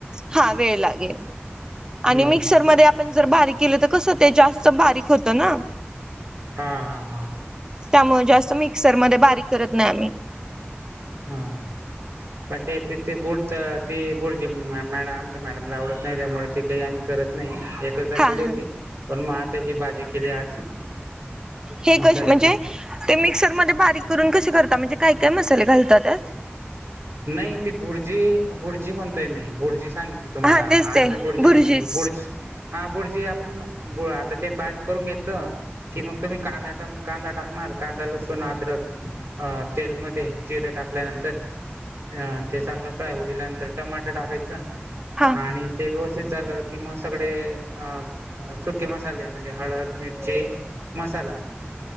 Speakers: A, on the right; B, on the right.
A: हा वेळ लागेल
B: हम्म
A: आणि मिक्सरमध्ये
B: हम्म
A: आप पण जर बारीक केलं तर कस ते जास्त बारीक होत ना!
B: हा हा
A: त्यामुळे जास्त मिक्सरमध्ये बारीक करत नाही आम्ही.
B: हा. पण ते त ती बुडच ती भुर्जी मॅड आमच्या मॅडमला आवडत नाही त्यामुळे ती काही आम्ही करत नाही एकचदा
A: हा
B: केली होती
A: हा
B: पण मग आता ही भाजी केली आज.
A: हे
B: मसाल्याची
A: कश् म्हणजे ते मिक्सरमध्ये बारीक करून कसे करता म्हणजे काय काय मसाले घालता त्यात?
B: नाही ती भुर्जी भुर्जी म्हणतोय मी भुर्जी सांगितली तुम्हाला
A: हा तेच
B: आज
A: ते
B: मी भुर्जी
A: भुर्जीच
B: नाही केली बुर्ज हा भुर्जी आपण बु आता ते बारीक करून घेतलं कि मग तुम्ही कांदा टम् कांदा टाकणार कांदा, लसून, अद्रक. अ तेलमध्ये जिरं टाकल्यानंतर. अ ते चांगलं फ्राय होऊ दिल्यानंतर टमाट टाकायचं
A: हा
B: आणि ते व्यवस्थित झालं कि म सगळे अ अ सुके मसाले म्हणजे हळद, मिरची, मसाला